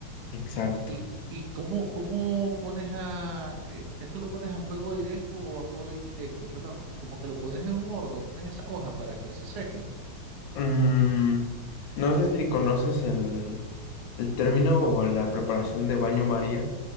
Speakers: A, on the left (about 70°); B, on the right (about 75°).
A: exacto.
B: ¿Y, y cómo, cómo pones a, est- esto lo pones a fuego directo o a fuego indirecto? Solo como, como que lo pones en un horno, pones esa hoja para que se sequen.
A: Mm, no sé si conoces el, el término o la preparación de baño María.